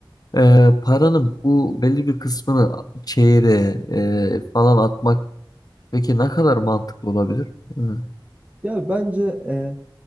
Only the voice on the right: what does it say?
Yani bence e,